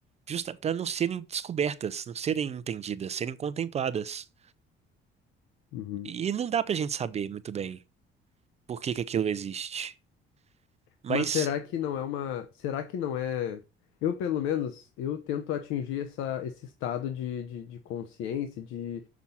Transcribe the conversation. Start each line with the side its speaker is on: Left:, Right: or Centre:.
Right: justa para não serem descobertas, não serem entendidas, serem contempladas.
Left: Uhum.
Right: E não dá pra gente saber muito bem por que que aquilo existe. Mas,
Left: Mas será que não é uma. Será que não é. Eu, pelo menos, eu tento atingir essa, esse estado de, de, de consciência, de,